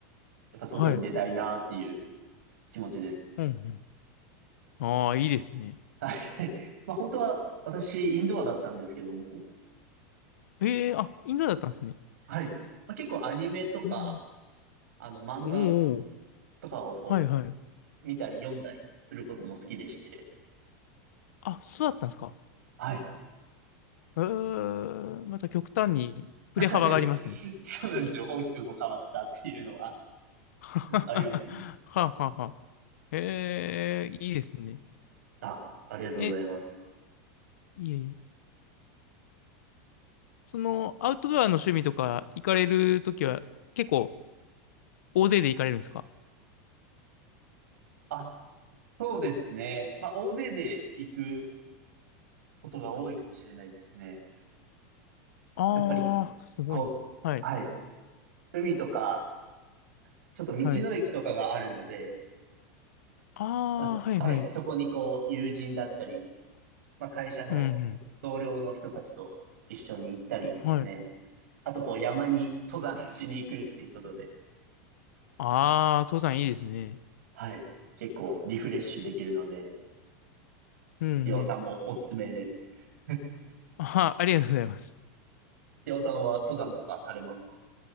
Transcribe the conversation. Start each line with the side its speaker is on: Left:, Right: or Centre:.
Right: やっぱ外に出たいなっていう
Left: はい。
Right: 気持ちですね。
Left: うんうん。ああ、いいですね。
Right: はい。<laughs> まあ本当は私、インドアだったんですけども、
Left: ええあ、インドだったんですね。
Right: はい。まあ、結構アニメとか、
Left: うん。
Right: あの漫画
Left: おーおー、
Right: とかをこ
Left: はいはい。
Right: 見たり読んだりすることも好きでして。
Left: あ、そうだったんですか。
Right: はい。
Left: ええまた極端に振れ幅がありますね。
Right: はい。<laughs> そうなんですよ。大きくこう変わったっていうのは
Left: <laughs> はあはあはあ。
Right: ありますね。
Left: ええいいですね。
Right: あ、ありがとうございます。
Left: え、いえいえ。その、アウトドアの趣味とか行かれるときは結構大勢で行かれるんですか
Right: あ、そうですね。まあ、大勢で行くことが多いかもしれないですね。
Left: ああ、
Right: やっぱり、
Left: すごいな。
Right: こう、
Left: はい。
Right: はい。海とか、ちょっと道の駅とかがあるので、
Left: はい。ああ、
Right: まあ、すはい。
Left: はいはい。
Right: そこにこう、友人だったり、まあ、会社の
Left: うん、う
Right: 同僚の人たちと一緒に行ったりですね。
Left: ん。はい。
Right: あと、こう、山に登山しに行くっていうことで、
Left: ああー、登山いいですね。
Right: はい。結構リフレッシュできるので、
Left: うん、うん。
Right: 岩尾さんもおすすめです。
Left: <laughs> あー、ありがとうございます。
Right: 岩尾さんは登山とかされますか